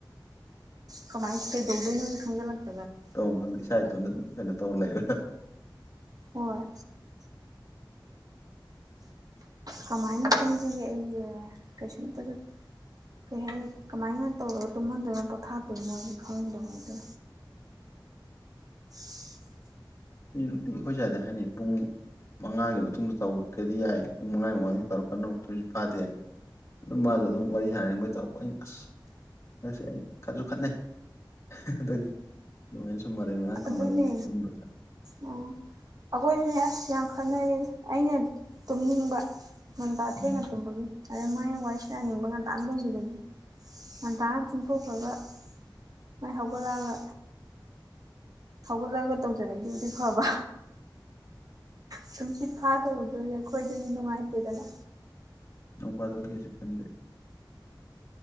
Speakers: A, on the right (about 50°); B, on the left (about 35°).
A: ꯀꯃꯥꯏ ꯅꯖꯤ ꯈꯪ ꯂꯦ
B: ꯇꯧ ꯈꯪꯗꯦ ꯏꯁꯥ ꯏꯇꯣꯟꯗ ꯑꯗꯨꯝ ꯀꯩꯅꯣ ꯇꯧꯔ ꯂꯩꯕ
A: ꯍꯣꯏ ꯀꯃꯥꯏꯅ ꯊꯖꯒꯦ ꯑꯩ ꯀꯩꯁꯇ ꯀꯩ ꯍꯥꯏ ꯀꯃꯥꯏꯅ ꯇꯧꯔꯒ ꯇꯨꯝꯍꯟꯗꯣꯏꯅꯣ ꯄꯣꯊꯥꯠꯇꯣꯏꯅꯣꯗꯤ ꯈꯪꯗꯕꯩꯗ <unintelligible>
B: ꯅꯨꯡꯇꯤ ꯑꯩꯈꯣꯏ ꯁ꯭ꯋꯥꯏꯗ ꯍꯥꯏꯅꯩ ꯄꯨꯡ ꯃꯉꯥꯒꯤ ꯃꯇꯨꯡꯗ ꯇꯧꯔꯛꯒꯗꯤ ꯌꯥꯏ ꯄꯨꯡ ꯃꯉꯥꯒꯤ ꯃꯃꯥꯡꯗꯒꯤ ꯇꯧꯔꯛꯀꯅꯨ ꯑꯗꯨꯁꯨꯛ ꯐꯥꯗꯦꯅ ꯑꯗꯨ ꯃꯥꯁꯨ ꯑꯗꯨꯝ ꯋꯥꯔꯤ ꯁꯥꯟꯅꯅꯤꯡꯕꯒꯤ ꯇꯧꯔꯛꯄ ꯑꯩꯅ ꯑꯁ ꯉ ꯑꯩꯅ ꯈꯠꯁꯨ ꯈꯠꯅꯩ ꯑꯗꯒꯤ ꯑꯗꯨꯃꯥꯏꯅ ꯁꯨꯝ ꯃꯔꯩ ꯃꯔꯥꯡ
A: ꯑꯗꯨꯅꯦ
B: ꯇꯧꯅꯕꯒꯤ ꯑꯗꯨꯝꯕ ꯆꯠ
A: ꯑꯣ ꯑꯩꯈꯣꯏꯁꯨꯅꯦ ꯑꯁ ꯌꯥꯡꯈꯩ ꯈꯟꯅꯔꯌꯦꯅꯦ ꯑꯩꯅ ꯇꯨꯝꯅꯤꯡꯕ ꯟꯗꯥ ꯊꯦꯡꯅ
B: ꯎꯝ
A: ꯇꯨꯝꯕꯒꯤ ꯑꯗꯩ ꯃꯥꯏ ꯋꯥꯏ ꯁ ꯌꯥꯅꯤꯡꯕ ꯉꯟꯇꯥꯅ ꯇꯣꯡꯕꯤꯕꯅꯤ ꯉꯟꯇꯥꯅ ꯆꯨꯝꯊꯣꯛꯈ꯭ꯔꯒ ꯃꯥꯏꯍꯥꯛꯒꯂꯉ ꯍꯧꯒꯠꯂꯒ ꯇꯧꯖꯔꯛꯏꯗꯨꯕꯨꯗꯤ ꯐꯕ ꯅꯨꯡꯁꯤꯠ ꯐꯥꯗꯕꯗꯨ ꯑꯩꯈꯣꯏꯗꯗꯤ ꯅꯨꯡꯉꯥꯏꯇꯦꯗꯅ
B: ꯎ ꯋꯥꯗꯧ ꯀꯩꯁꯨ ꯀꯟꯗꯦ